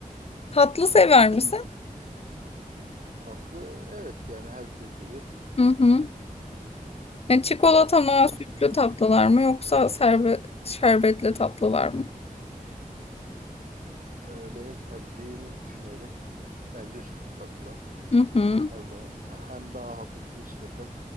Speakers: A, on the left; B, on the right.
A: Tatlı sever misin?
B: Tatlı evet yani herkes gibi.
A: Hı hı. Yani çikolata mı,
B: Yani
A: sütlü
B: hah,
A: tatlılar mı yoksa serbe şerbetli tatlılar mı?
B: e, benim tercihim düşünüyorum. Bence sütlü tatlılar
A: Hı hı.
B: her zaman hem daha hafif nispeten